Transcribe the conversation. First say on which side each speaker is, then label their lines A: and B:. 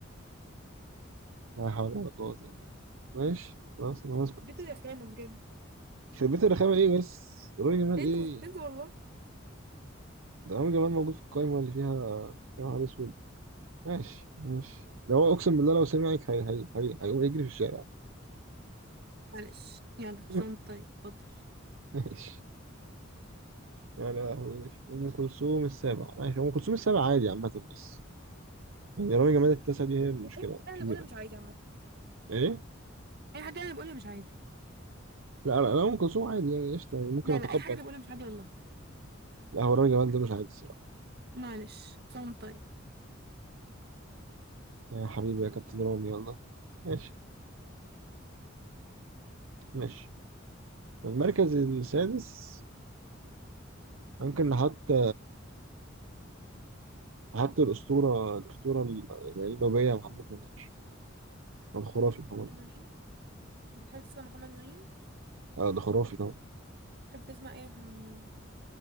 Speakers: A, on the right (about 80°); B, on the right (about 55°).
A: لا حول ولا قوة الا بالله ماشي خلاص انا هسكت
B: البيت ده خانة بجد
A: يخرب بيت الرخامة ايه بس رامي جمال
B: إيه
A: ايه
B: انت مستفز والله
A: ده رامي جمال موجود في القايمة اللي فيها يا نهار اسود ماشي ماشي ده هو اقسم بالله لو سمعك هي هي هي هيقوم يجري في الشارع
B: معلش يلا كنت
A: <laughs>
B: طيب اتفضل
A: ماشي يا لهوي ام كلثوم السابع ماشي ام كلثوم السابع عادي عامة بس يعني رامي جمال التاسع دي هي المشكلة
B: هو اي حاجة
A: الكبيرة
B: انا اللي بقولها مش عادي عامة
A: ايه
B: اي حاجه انا بقولها مش عادي
A: لا لا لا ام كلثوم عادي يعني قشطة يعني ممكن
B: لا
A: اتقبل
B: لا اي حاجه انا بقولها مش عادي والله
A: لا هو رامي جمال ده مش عادي الصراحة
B: معلش كنت طيب
A: يا حبيبي يا كابتن رامي والله ماشي ماشي المركز السادس ممكن نحط نحط الأسطورة الأسطورة النوبية محمد منير الخرافي محمد
B: محمد
A: منير
B: منير انت بتحب تسمع محمد منير
A: آه ده خرافي طبعا
B: بتحب تسمع ايه يا محمد منير